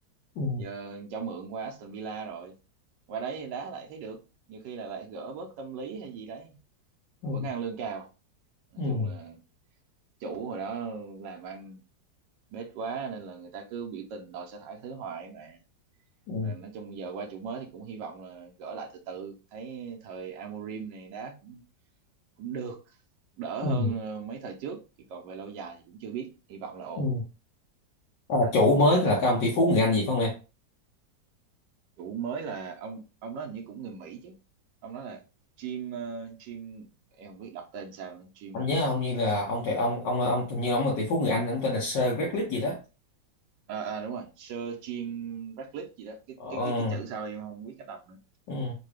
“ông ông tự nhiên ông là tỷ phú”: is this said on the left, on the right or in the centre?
Left